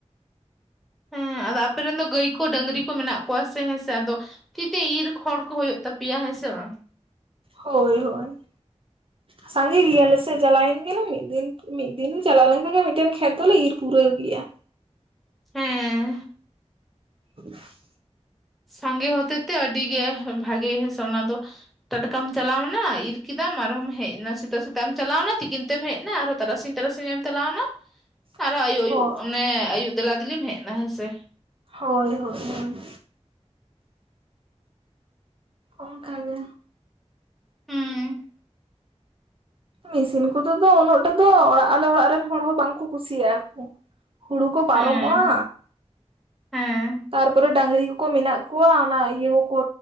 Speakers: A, in the centre; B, on the right.
A: ᱦᱮᱸ ᱟᱫᱚ ᱟᱯᱮ ᱨᱮᱱ ᱫᱚ ᱜᱟᱹᱭ ᱠᱚ ᱰᱟᱹᱝᱨᱤ ᱠᱚ ᱢᱮᱱᱟᱜ ᱠᱚᱣᱟ ᱥᱮ ᱦᱮᱸ ᱥᱮ ᱟᱫᱚ ᱛᱤᱛᱮ ᱤᱨ ᱠᱷᱚᱲ ᱠᱚ ᱦᱩᱭᱩᱜ ᱛᱟᱯᱮᱭᱟ ᱦᱮᱸ ᱥᱮ ᱵᱟᱝ?
B: ᱦᱳᱭ ᱦᱳᱭ ᱥᱟᱸᱜᱮ ᱜᱮᱭᱟᱞᱮ ᱥᱮ ᱪᱟᱞᱟᱣᱮᱱ ᱜᱮᱞᱮ ᱢᱤᱫ ᱫᱤᱱ ᱢᱤᱫ ᱫᱤᱱ ᱪᱟᱞᱟᱣ ᱞᱮᱱᱠᱷᱟᱱ ᱜᱮ ᱢᱤᱫᱴᱮᱱ ᱠᱷᱮᱛ ᱫᱚᱞᱮ ᱤᱨ ᱯᱩᱨᱟᱹᱣ ᱜᱮᱭᱟ᱾
A: ᱦᱮᱸ
B: <inaudible>
A: ᱥᱟᱸᱜᱮ ᱦᱚᱛᱮ ᱛᱮ ᱟᱹᱰᱤ ᱜᱮ ᱵᱷᱟᱜᱮ ᱦᱮᱸ ᱥᱮ ᱚᱱᱟ ᱫᱚ᱾ ᱴᱟᱴᱠᱟᱢ ᱪᱟᱞᱟᱣᱱᱟ ᱤᱨ ᱠᱮᱫᱟᱢ ᱟᱨᱦᱚᱸᱢ ᱦᱮᱡᱱᱟ ᱥᱮᱛᱟᱜ ᱥᱮᱛᱟᱜ ᱮᱢ ᱪᱟᱞᱟᱣᱱᱟ ᱛᱤᱠᱤᱱ ᱛᱮᱢ ᱦᱮᱡᱱᱟ ᱟᱨ ᱛᱟᱨᱟᱥᱤᱧ ᱛᱟᱨᱟᱥᱤᱧᱮᱢ ᱞᱟᱣᱱᱟ
B: <inaudible>
A: ᱟᱨᱦᱚ ᱟᱭᱩᱵ
B: ᱦᱳᱭ
A: ᱟᱭᱩᱵ ᱚᱱᱮ ᱟᱭᱩᱵ ᱫᱮᱞᱟ ᱫᱮᱞᱤᱢ ᱦᱮᱡᱱᱟ ᱦᱮᱸᱥᱮ᱾
B: ᱦᱳᱭ ᱦᱳᱭ ᱦᱳᱭ᱾ ᱚᱝᱠᱟ ᱜᱮ᱾
A: ᱦᱩᱸ
B: ᱢᱤᱥᱤᱱ ᱠᱚᱫᱚ ᱫᱚ ᱩᱱᱟᱹᱜᱴᱟᱜ ᱫᱚ ᱟᱞᱮ ᱚᱲᱟᱜ ᱨᱮᱱ ᱦᱚᱲ ᱦᱚᱸ ᱵᱟᱝᱠᱚ ᱠᱩᱥᱤᱭᱟᱜᱼᱟ ᱠᱩ᱾ ᱦᱩᱲᱩ ᱠᱚ ᱯᱟᱨᱚᱢᱚᱜᱼᱟ
A: ᱦᱮᱸ ᱦᱮᱸ
B: ᱛᱟᱨᱯᱚᱨᱮ ᱰᱟᱹᱝᱨᱤ ᱠᱚᱠᱚ ᱢᱮᱱᱟᱜ ᱠᱚᱣᱟ ᱚᱱᱟ ᱤᱭᱟᱹ ᱠᱚᱠᱚ